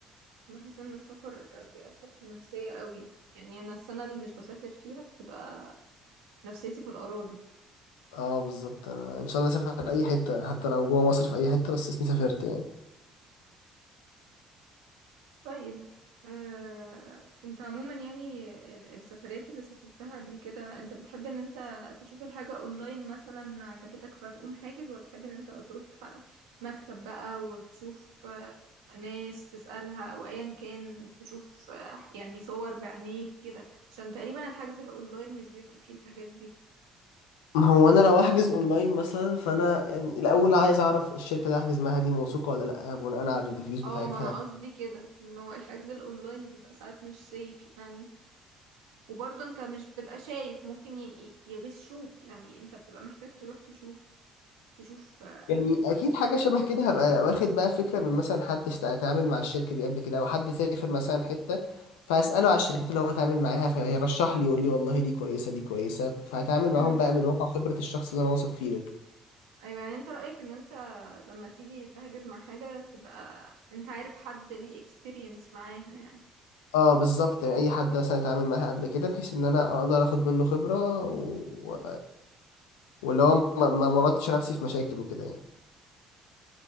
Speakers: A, on the right; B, on the left.
A: بحس ان السفر بيأثر في النفسية قوي يعني انا السنة اللي مش بسافر فيها بتبقى نفسيتي في الأراضي
B: اه بالظبط أنا ان شاء الله اسافر اي حته حتى لو جوه مصر في اي حته بس اسمي سافرت يعني
A: طيب آه، انت عموما يعني ال- السفريات اللي سافرتها قبل كده انت بتحب ان انت تشوف الحاجة اونلاين مثلا عجبتك فتقوم حاجز ولا بتحب ان انت تروح مكتب بقى وتشوف آه، ناس تسألها او ايا كان تشوف آه، يعني صور بعينيك كده عشان تقريبا الحجز الاونلاين مش بيبقى فيه الحاجات دي
B: ما هو انا لو احجز اونلاين مثلا فانا يعني الاول عايز اعرف الشركه اللي هحجز معاها دي موثوقه ولا لا بناء على الريفيوز بتاعتها
A: اه ما انا قصدي كده انه الحجز الاونلاين بيبقى ساعات مش سيف يعني وبرضه انت مش بتبقى شايف ممكن ي- ي- يغشوك يعني انت بتبقى محتاج تروح تشوف تشوف آه،
B: يعني اكيد حاجه شبه كده هبقى واخد بقى فكره من مثلا حد اشت- اتعامل مع الشركه دي قبل كده او حد سافر مثلا حته فاساله على الشركات اللي هو اتعامل معاها فيرشح لي يقول لي والله دي كويسه دي كويسه فهتعامل معاهم
A: امم
B: بقى من واقع خبره الشخص اللي انا واثق فيه ده
A: ايوه يعني انت رأيك ان انت لما تيجي تحجز مع حاجة تبقى انت عارف حد ليه اكسبيرينس معاها يعني
B: اه بالظبط يعني اي حد مثلا اتعامل معاها قبل كده بحيث ان انا اقدر اخد منه خبره و... واللي هو ما ما مرضتش نفسي في مشاكل وكده يعني